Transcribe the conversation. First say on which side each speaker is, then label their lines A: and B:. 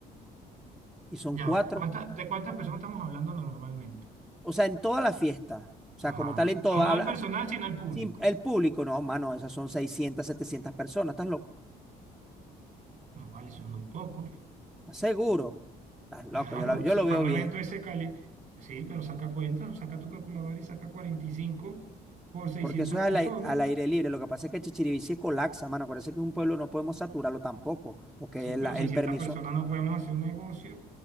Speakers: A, in the centre; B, on the right.
A: Y son
B: Ya
A: cuatro.
B: va. ¿Cuántas, de cuántas personas estamos hablando normalmente?
A: O sea, en toda la fiesta. O sea,
B: Ajá.
A: como tal, en
B: No,
A: toda,
B: no
A: habla-
B: el personal, sino el público.
A: sin- el público, no, mano, esas son seiscientas setecientas personas, ¿estás loco?
B: No, vale, eso es muy poco.
A: ¿Estás seguro? Estás loco,
B: Claro,
A: yo, la- yo
B: eso-
A: lo
B: para
A: veo
B: un
A: bien.
B: evento de ese cali, sí, pero saca cuenta, saca tu calculadora y saca 45 por 600
A: Porque eso es
B: personas,
A: al, ai- al aire libre. Lo que pasa es que Chichirivici colapsa, mano. Acuérdense que es un pueblo, no podemos saturarlo tampoco, porque
B: Sí,
A: el
B: pero
A: el
B: 600
A: permiso.
B: personas no podemos hacer un negocio.